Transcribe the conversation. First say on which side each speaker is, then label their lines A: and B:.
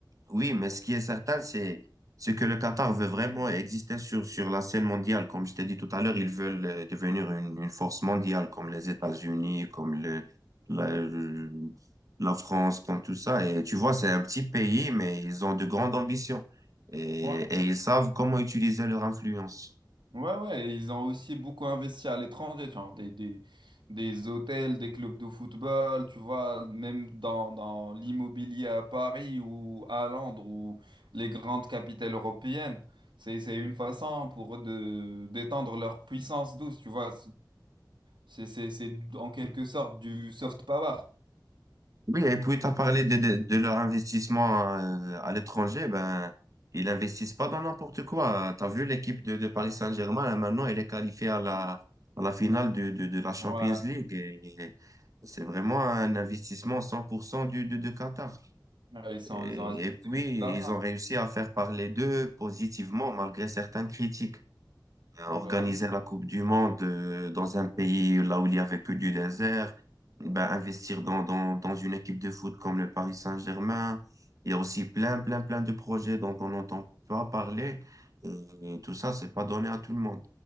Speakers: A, on the right (about 45°); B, on the right (about 80°).
A: Oui, mais ce qui est certain, c'est c'est que le Qatar veut vraiment exister sur, sur la scène mondiale. Comme je t'ai dit tout à l'heure, ils veulent euh, devenir une, une force mondiale, comme les États-Unis, comme le, la, le- la France, comme tout ça. Et tu vois, c'est un petit pays, mais ils ont de grandes ambitions. Et,
B: Ouais,
A: et ils savent comment utiliser leur influence.
B: ouais, ouais. et ils ont aussi beaucoup investi à l'étranger, genre des, des, des hôtels, des clubs de football, tu vois, même dans, dans l'immobilier à Paris ou à Londres ou les grandes capitales européennes. C'est, c'est une façon pour eux de d'étendre leur puissance douce, tu vois. C'est c'est- c'est en quelque sorte du soft power.
A: Oui, et puis tu as parlé de, de, de leur investissement euh, à l'étranger. Ben, ils investissent pas dans n'importe quoi. Tu as vu l'équipe de, de Paris Saint-Germain, là, maintenant, elle est qualifiée à la, à la finale de, de, de la Champions
B: Ouais.
A: League. Et- et c'est vraiment un investissement 100% du, de, de Qatar.
B: Ouais, Ils sont,
A: Et,
B: ils ont injecté
A: et puis,
B: beaucoup d'argent.
A: ils ont réussi à faire parler d'eux positivement malgré certaines critiques organiser
B: Bah, oui,
A: la Coupe du Monde euh, dans un pays là où il y avait que du désert, ben, investir dans, dans, dans une équipe de foot comme le Paris Saint-Germain. Il y a aussi plein, plein, plein de projets dont on n'entend pas parler. Et tout ça, c'est pas donné à tout le monde.